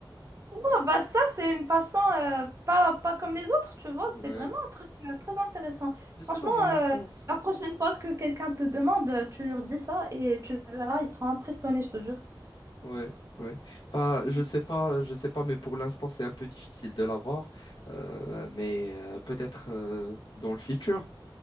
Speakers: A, on the right; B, on the left.
A: Ouais, bah ça, c'est une passant euh, pas, pas comme les autres, tu vois.
B: Ouais.
A: C'est vraiment un truc euh, très intéressant.
B: Je sais,
A: Franchement,
B: dans mon
A: euh,
B: enfance.
A: la prochaine fois que quelqu'un te demande, euh, tu lui redis ça et tu verras, il sera impressionné, je te jure.
B: Ouais, ouais. Pas,
A: Mhm.
B: je sais pas, je sais pas, mais pour l'instant, c'est un peu difficile de l'avoir. Euh, mais euh, peut-être euh, dans le futur.